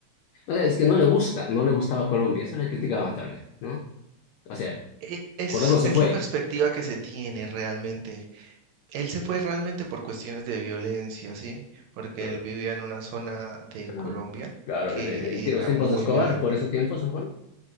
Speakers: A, on the left; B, on the right.
A: O sea, es que no le gusta, no le gustaba Colombia, eso le criticaban tal vez, ¿no? O sea,
B: E- Es,
A: por algo se
B: es
A: fue.
B: la perspectiva que se tiene realmente. Él se fue realmente por cuestiones de violencia, ¿sí? Porque
A: Ah,
B: él vivía en una zona de
A: ah,
B: Colombia
A: claro,
B: que
A: en el- en
B: era
A: los tiempos
B: muy
A: de Escobar,
B: violenta.
A: por esos tiempos se fue.